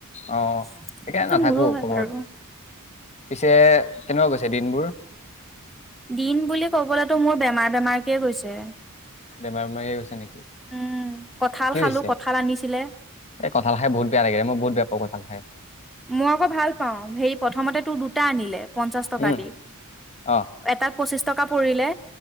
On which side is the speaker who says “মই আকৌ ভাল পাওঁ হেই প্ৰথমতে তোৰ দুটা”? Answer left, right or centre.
Centre